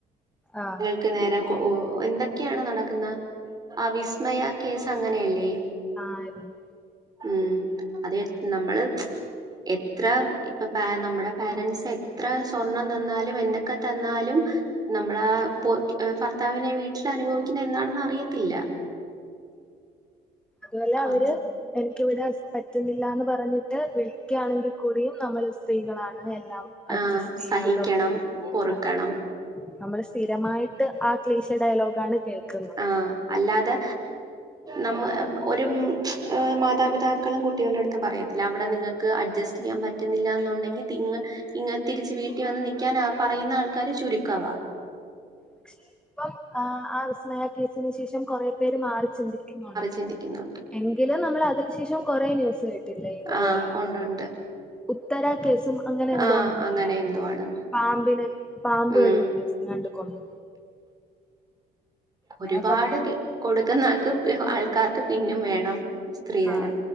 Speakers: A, in the centre; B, on the right.
A: ആഹ്
B: ക്ക് നേരെ എന്തൊക്കെയാണ് നടക്കുന്ന ആ വിസ്മയ കേസ് അങ്ങനെയല്ലേ
A: ആഹ് ആയിര്ന്ന്
B: ഉം അതെ നമ്മള് എത്ര ഇപ്പ പാ നമ്മുടെ പാരൻറ്സ് ത്ര സ്വർണം തന്നാലും എന്തൊക്കെ തന്നാലും നമ്മളാ ഭർത്താവിന്റെ വീട്ട്ലനുഭവിക്കുന്നെന്താണെന്നറിയത്തില്ല
A: അതുവല്ലവര്
B: അവ
A: എനക്കിവിടെ പറ്റ്ന്നില്ലാന്ന് പറഞ്ഞിട്ട് വിളിക്ക്യാണെങ്കിൽ കൂടിയും നമ്മൾ സ്ത്രീകളാണ് എല്ലാം അഡ്ജസ്റ്റ്
B: ആഹ്
A: ചെയ്യണംന്ന്
B: സഹിക്കണം
A: പറഞ്ഞു
B: പൊറുക്കണം
A: അതെ നമ്മൾ സ്ഥിരമായിട്ട് ആ ക്ലീശെ ഡയലോഗാണ് കേൾക്ക്
B: ആഹ് അല്ലാതെ നമ്മ ഒരു മാതാപിതാക്കളും കുട്ടിയൾടെട്ത്ത് പറയത്തില്ല അവിടെ നിങ്ങക്ക് അഡ്ജസ്റ്റ് ചെയ്യാൻ പറ്റ്ന്നില്ലാന്നൊണ്ടെങ്കി തി ഇങ്ങ് ഇങ്ങ് തിരിച്ച് വീട്ടീ വന്ന് നിക്കാൻ പറയ്ന്ന ആൾക്കാര് ചുരുക്കവാ
A: പക്ഷെ ഇപ്പം ആ വിസ്മയ കേസിന് ശേഷം കൊറേ പേര് മാറി ചിന്തിക്കുന്നൊണ്ട്
B: ചിന്തിക്കുന്നൊണ്ട്
A: എങ്കിലും നമ്മൾ അതിനു ശേഷും കൊറേ ന്യൂസ് കേട്ടില്ലേ ഇത്പോലെ
B: ആഹ് ഉണ്ട് ഉണ്ട്
A: ഉത്തര കേസും അങ്ങനെ എന്തോ
B: ആഹ്
A: ഒന്ന്ണ്ടായില്ലായിര്ന്നോ
B: അങ്ങനെ എന്തോ ആണ്
A: പാമ്പിന് പാമ്പ്
B: ഉം
A: കടിച്ചെങ്ങാണ്ട് കൊന്ന്
B: ഒരുപാട്
A: അങ്ങനെ കൊറേ
B: കൊടുക്കുന്ന ആൾക്ക് ആൾക്കാർക്ക് പിന്നും വേണം സ്ത്രീധനം.
A: ആ